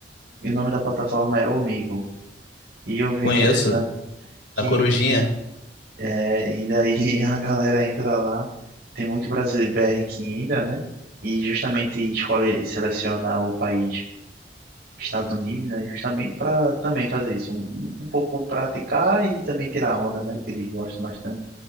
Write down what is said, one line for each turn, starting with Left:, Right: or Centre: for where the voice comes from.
Right: e o nome da plataforma é Omigo. E eu vi
Left: Conheço.
Right: interessante que
Left: A Corujinha.
Right: é, e daí <laughs> a galera entra lá, tem muito brasileiro BR que entra, né? E justamente escolhe, seleciona o país Estados Unidos, né? Justamente para também fazer isso, um, um pouco praticar e também tirar onda, né? Que eles gostam bastante.